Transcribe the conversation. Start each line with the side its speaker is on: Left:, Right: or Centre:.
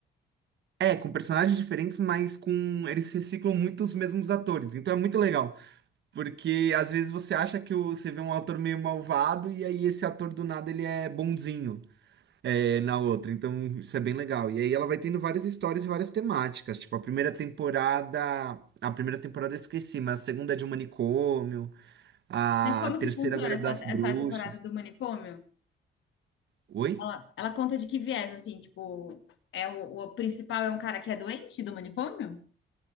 Right: É, com personagens diferentes, mas com eles reciclam muito os mesmos atores. Então é muito legal, porque às vezes você acha que o- você vê um ator meio malvado e aí esse ator do nada ele é bonzinho é, na outra. Então isso é bem legal. E aí ela vai tendo várias histórias e várias temáticas. Tipo a primeira temporada, a primeira temporada eu esqueci, mas a segunda é de um manicômio, a
Left: Mas como
Right: terceira
Left: que funciona
Right: agora é
Left: essa,
Right: das bruxas.
Left: essa temporada do manicômio?
Right: Oi?
Left: Ela, ela conta de que viés, assim, tipo, é o, o principal é um cara que é doente do manicômio?